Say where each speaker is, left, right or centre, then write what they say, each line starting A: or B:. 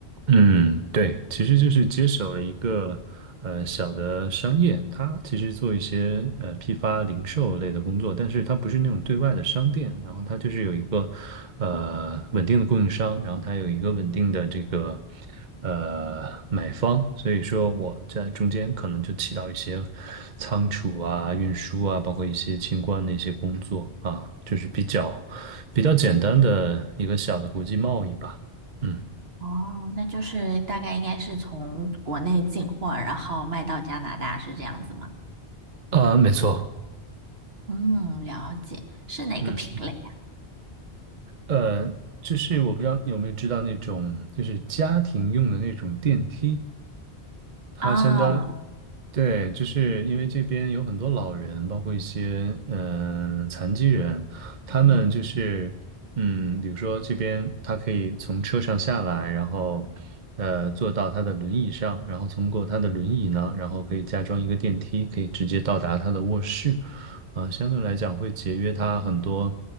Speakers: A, on the right; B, on the right.
A: 嗯，对，其实就是接手了一个呃小的商业，它其实做一些呃批发零售类的工作，但是它不是那种对外的商店，然后它就是有一个呃稳定的供应商，然后它有一个稳定的这个呃买方，所以说我在中间可能就起到一些仓储啊、运输啊，包括一些清关的一些工作啊，就是比较比较简单的一个小的国际贸易吧。嗯，
B: 哦，那就是大概应该是从国内进货，然后卖到加拿大，是这样子吗？
A: 啊，没错。
B: 嗯，了解，是哪个品类
A: 嗯，呃，就是我不知道你有没有知道那种，就是家庭用的那种电梯，他相当
B: 啊？哦，
A: 对，就是因为这边有很多老人，包括一些嗯、呃残疾人，他们就是嗯，
B: 嗯
A: 比如说这边他可以从车上下来，然后呃坐到他的轮椅上，然后通过他的轮椅呢，然后可以加装一个电梯，可以直接到达他的卧室。啊、相对来讲会节约他很多，